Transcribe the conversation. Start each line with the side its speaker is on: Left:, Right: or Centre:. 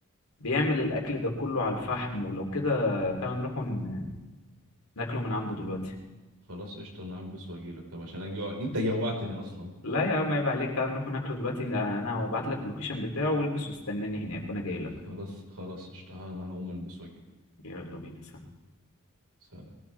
Left: بيعمل الاكل ده كله على الفحم ولو كده تعالى نروح ن- ناكله من عنده دلوقتي
Right: خلاص قشطه انا هلبس واجيلك طب عشان اجي انت جوعتني اصلا
Left: لا يا عم عيب عليك تعالى نروح ناكله دلوقتي انا هبعت لك اللوكيشن بتاعه والبس واستناني هناك وانا جاي لك
Right: خلاص خلاص قشطة أنا هقوم ألبس وأجيلك
Left: يلا بينا سلام
Right: سلام